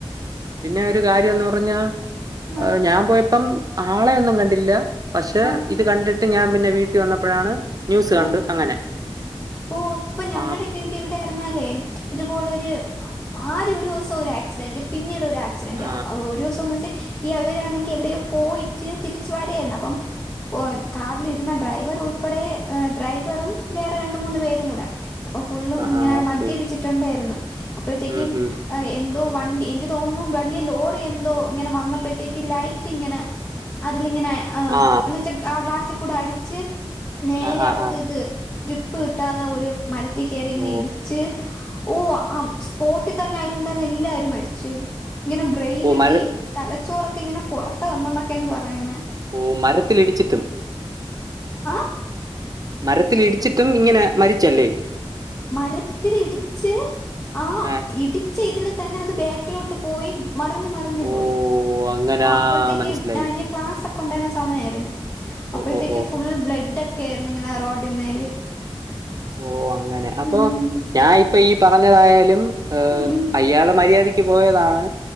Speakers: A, on the right (about 40°); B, on the left (about 25°).
A: പിന്നെ ഒരു കാര്യം എന്ന് പറഞ്ഞാ
B: ആ
A: ഞാൻ പോയപ്പം ആളെയൊന്നും കണ്ടില്ല പക്ഷെ
B: ആ
A: ഇത് കണ്ടിട്ട് ഞാൻ പിന്നെ വീട്ട് വന്നപ്പോഴാണ് ന്യൂസ് കണ്ട്
B: ആ
A: അങ്ങനെ
B: ഓ ഇപ്പൊ ഞങ്ങളെ
A: ആ
B: പിന്നിവിടെ
A: ഉം,
B: ഇറന്നാലേ ഇത്പോലൊരു ആദ്യ ഒരു ദിവസം ഒരു ആക്സിഡന്റ് പിന്നീട് ഒരു ആക്സിഡന്റ്
A: ആ,
B: ഒരു ദിവസംന്ന് വെച്ചാൽ ഈ അവവരാണെങ്കിൽ എവിടെോ പോയിട്ട് തിരിച്ച് വരായിരുന്നു അപ്പം പോയി കാറിലിരുന്ന ഡ്രൈവർ ഉൾപ്പെടെ ഡ്രൈവറും വേറെ മൂന്ന പേരും കൂടെ അപ്പൊ ഫുള്ള്
A: ആ,
B: ഇങ്ങനെ
A: ആ, ഓക്കെ.
B: മദ്യപിച്ചിട്ടുണ്ടായിരുന്നു അപ്പോഴത്തേക്കും
A: ഉം, ഉം.
B: എന്തോ വണ്ടി എനിക്ക് തോന്നുന്നു വലിയ ലോറി എന്തോ ഇങ്ങനെ വന്നപ്പോഴത്തേക്ക് ലൈറ്റ് ഇങ്ങനെ അതിലിങ്ങനെ ആഹ്
A: ആ,
B: എന്ന വച്ചാ ആ ഗ്ലാസ്സിൽ കൂടെ അടിച്ച് നേരെ
A: ആ, ആ,
B: അവർക്ക്
A: ആ.
B: ഇത് ഗ പ്പ് കിട്ടാതെ ഒരു മരത്തിൽ കയറി ഇങ്ങനെ
A: ഓ,
B: ഇടിച്ച് ഓ ആഹ് സ്പോട്ടിൽ തന്നെ അയലുണ്ടന്ന എല്ലാരും മരിച്ചു പോയി ഇങ്ങനെ ബ്രെയിനൊ
A: ഓ മര
B: ക്കെ തലച്ചോറൊക്കെ ഇങ്ങനെ പുറത്തു വന്നുന്നൊക്കെയാണ് പറയുന്നത്
A: ഓ മരത്തിലൽ ഇടിച്ചിട്ടും
B: ആഹ്
A: മരത്തിലിടിച്ചിട്ടും ഇങ്ങനെ മരിച്ചല്ലേ
B: മരത്തിൽഇടിച്ച് ആഹ്
A: ആ
B: ഇടി പച്ചേ ഇതിൽ തന്നെ അത് ബാക്കിലോട്ട് പോയി മറിഞ്ഞഞ് മറിഞ്ഞു
A: ഓ
B: പോയി
A: അങ്ങനാ
B: ആഹ് അപ്പോഴത്തേക്ക്
A: മനസ്സിലായി
B: ഇനി ക്ലാസ് ഒക്കെ ഉണ്ടായിരുന്ന സമയായിരുന്നു
A: ഓ
B: അപ്പോഴത്തേക്ക്
A: ഓ ഓ
B: ഫുൾ ബ്ലഡ് ഒക്കെയായിരുന്നു ഇങ്ങനെ റോഡിമ്മേൽ
A: ഓ അങ്ങനെ അപ്പൊ
B: ഉം
A: ഞാൻ ഇപ്പൊ ഈ പറഞ്ഞതായാലും
B: ഉം ഉം
A: അയാള മര്യാദക്ക് പോയതാണ്